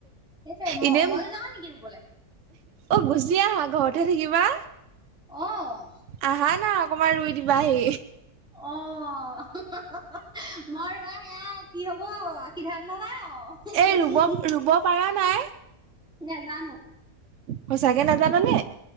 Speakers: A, in the centre; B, on the right.
A: সেইটোৱয়ে ম-মইওঁ
B: এনে
A: যাওঁ নেকি ৰুবলৈ।
B: অ', গুচি আহা ঘৰতেহে থাকিবা।
A: আহ।
B: আহা না অকমান ৰুই দিবা আহি।
A: অ <inaudible> মই ৰোৱা সেয়া কি হ'ব সিদ্ধান্ত নাই আৰু।
B: এই ৰুব ৰুব পাৰা নাই।
A: নেজানো।
B: সঁচাকে নাজানা নে?